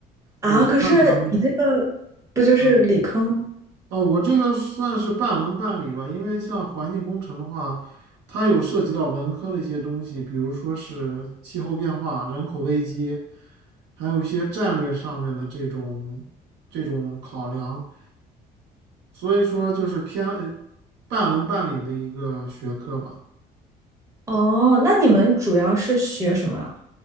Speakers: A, on the right; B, on the right.
A: 啊，
B: 我不擅长那
A: 可是你这个不就是理科吗？
B: 啊。哦，我这个算是半文半理吧，因为像环境工程的话，它有涉及到文科的一些东西，比如说是气候变化、人口危机，还有一些战略上面的这种这种考量，所以说就是偏呃半文半理的一个学科吧，
A: 哦，那你们主要是学什么啊